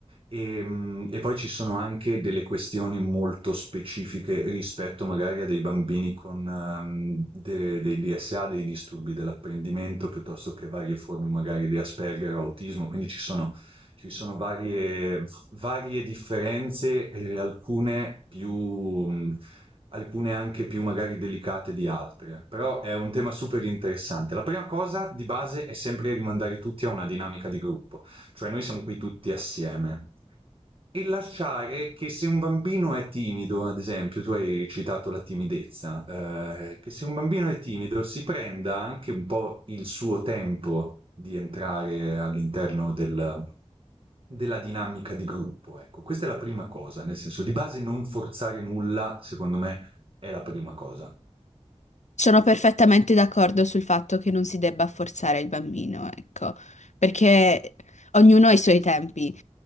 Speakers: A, on the right; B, on the left.
A: Ehm, E, poi ci sono anche delle questioni molto specifiche rispetto magari a dei bambini con ehm, de- dei DSA, dei disturbi dell'apprendimento, piuttosto che varie forme magari di Asperger o autismo, quindi ci sono, ci sono varie, varie differenze, eh, alcune più, mh, alcune anche più magari delicate di altre, però è un tema super interessante. La prima cosa di base è sempre rimandare tutti a una dinamica di gruppo, cioè noi siamo qui tutti assieme. E lasciare che se un bambino è timido, ad esempio, tu hai citato la timidezza, ehm, che se un bambino è timido si prenda anche un po' il suo tempo di entrare all'interno del della dinamica di gruppo, ecco. Questa è la prima cosa, nel senso di base non forzare nulla, secondo me, è la prima cosa.
B: Sono perfettamente d'accordo sul fatto che non si debba forzare il bambino, ecco, perché ognuno ha i suoi tempi.